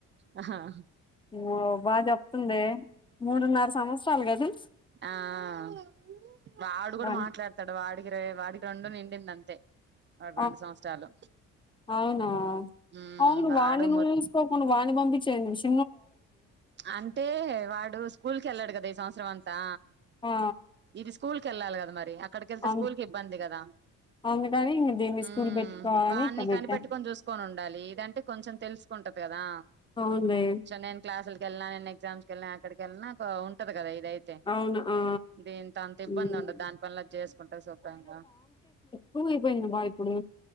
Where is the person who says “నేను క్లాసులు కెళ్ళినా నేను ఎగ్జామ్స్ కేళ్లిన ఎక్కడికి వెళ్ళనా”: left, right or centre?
Right